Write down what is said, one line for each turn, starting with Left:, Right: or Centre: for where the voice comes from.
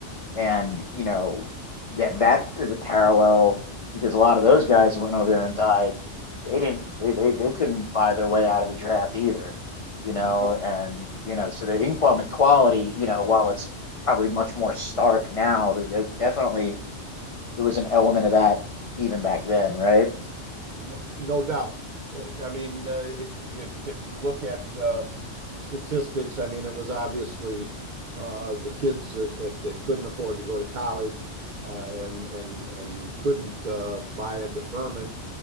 Left: And, you know, that that is a parallel because a lot of those guys that went over there and died, they didn't they, they, they couldn't buy their way out of the draft either, you know,
Right: no
Left: and you know, so the income equality, you know, while it's probably much more stark now, there there definitely there was an element of that even back then, right?
Right: No, no doubt. Uh, I mean, uh, if if you look at uh, statistics, I mean, it was obviously uh, the kids that, that that couldn't afford to go to college uh, and and and couldn't uh, buy a deferment